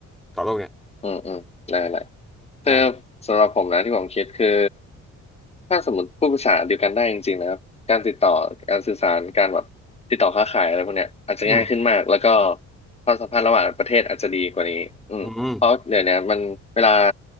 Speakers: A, in the centre; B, on the left.
A: ต่อโลกเนี่ย
B: อืมอืมได้ละ คือ
A: อ่า
B: สำหรับผมนะที่ผมคิดคือถ้าสมมติพูดภาษาเดียวกันได้จริงๆนะครับการติดต่อการสื่อสารการแบบติดต่อค้าขายอะไรพวกเนี้ยอาจจะง่ายขึ้นมากแล้วก็
A: อืม
B: ความสัมพันธ์ระหว่างประเทศอาจจะดีกว่านี้อืมเพราะเดี๋ยวเนี้ยมันเวลา
A: อืม